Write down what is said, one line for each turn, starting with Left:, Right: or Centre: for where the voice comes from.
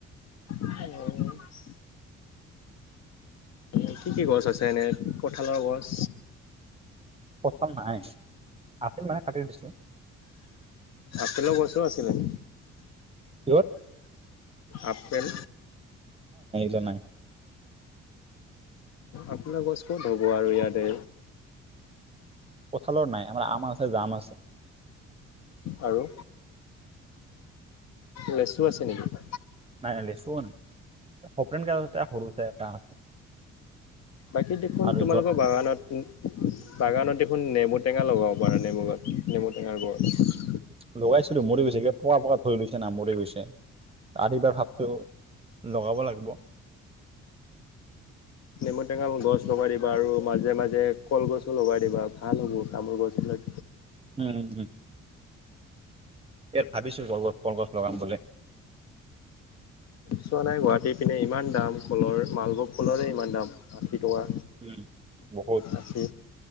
Left: অ <inaudible> এ'কি কি গছ আছে? এনে কঠালৰ গছ
Right: প্ৰথম নাই, আপেল মানে আ দিিছো <unintelligible>
Left: আপেলৰ গছো আছিলে।
Right: কিহত
Left: আপেল
Right: জনাই
Left: আপোনাৰ গছ ক'ত হ'ব আৰু ইয়াতে
Right: কঠালৰ নাই আমাৰ আম আছে জাম আছে।
Left: আৰু, লেচু আছে নেকি?
Right: নাই নাই লেচ নাই, <unintelligible> প সৰু আছে।
Left: বাকী দেখোন
Right: আৰু
Left: তোমালোকৰ
Right: য
Left: বাগানত, বাগানত দেখোন নেমু টেঙা লগাব পাৰে, নেমুৰ গছ, নেমু টেঙাৰ গছ।
Right: লগাইছিলো মৰি গৈছে কিবা পোক পোক লৈছে নাম মোৰ গৈছে অ', এইিবাৰ ভাবতেওঁ লগাব লাগিব।
Left: নেমু টেঙাল গছ লগাই দিবা আৰু মাজে মাজে কলগছো লগাই দিবা, ভাল হ'ব, তামোল গছ বিলাক
Right: উম', উম', উম। ইয়াত ভাবিছো ৰগছ কলগছ লগাম বুলি।
Left: চোৱা নাই গুৱাহাটী পিনে ইমান দাম কলৰ। মালভোগ কলৰে ইমান দাম। টকা
Right: উম বহুত,
Left: আশী